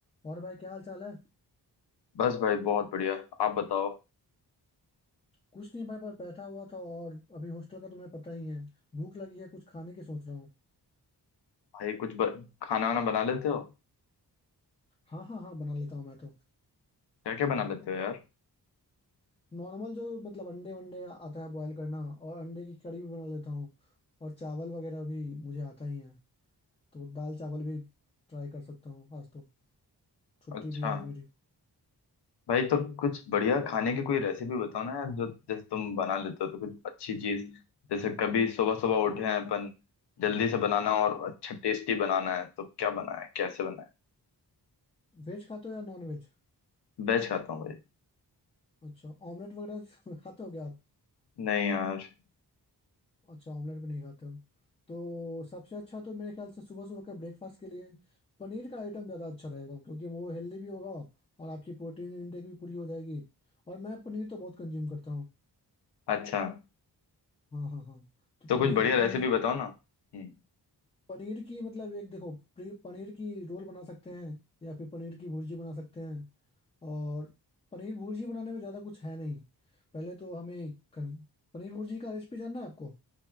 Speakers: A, on the left; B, on the left.
A: और भाई क्या हाल चाल है
B: बस भाई बहुत बढ़िया आप बताओ
A: कुछ नहीं भाई बस बैठा हुआ था और अभी हॉस्टल का तुम्हें पता ही है भूख लगी है कुछ खाने की सोच रहा हूँ
B: भाई कुछ ब... खाना वाना बना लेते हो
A: हाँ हाँ हाँ बना लेता हूँ मैं तो
B: क्या क्या बना लेते हो यार
A: नॉर्मल जो मतलब अंडे वंडे आता है बॉयल करना और अंडे की कड़ी भी बना लेता हूँ और चावल वगैरह भी मुझे आता ही है तो दाल चावल भी ट्राई कर सकता हूँ आज तो छुट्टी
B: अच्छा
A: भी है आज मेरी
B: भाई तो कुछ बढ़िया खाने की कोई रेसिपी बताओ ना यार जो जैसे तुम बना लेते हो तो कुछ अच्छी चीज जैसे कभी सुबह सुबह उठे हैं अपन जल्दी से बनाना और अच्छा टेस्टी बनाना है तो क्या बनाए कैसे बनाए
A: वेज खाते हो या नॉन वेज
B: वेज खाता हूँ भाई
A: अच्छा ऑमलेट वगैरह <laughs> खाते हो क्या आप
B: नहीं यार
A: अच्छा ऑमलेट भी नहीं खाते हो तो सबसे अच्छा तो मेरे ख्याल से सुबह सुबह का ब्रेकफास्ट के लिए पनीर का आइटम ज़्यादा अच्छा रहेगा क्योंकि वो हेल्दी भी होगा और आपकी प्रोटीन इनटेक भी पूरी हो जाएगी और मैं पनीर तो बहुत कंज्यूम करता हूँ
B: अच्छा
A: हाँ हाँ हाँ तो
B: तो कुछ
A: पनीर
B: बढ़िया रेसिपी
A: की
B: बताओ ना हम्म
A: पनीर की मतलब एक देखो प्री- पनीर की रोल बना सकते हैं या फिर पनीर की भुर्जी बना सकते हैं और पनीर भुर्जी बनाने में ज़्यादा कुछ है नहीं पहले तो हमें क- पनीर भुर्जी का रेसिपी जानना है आपको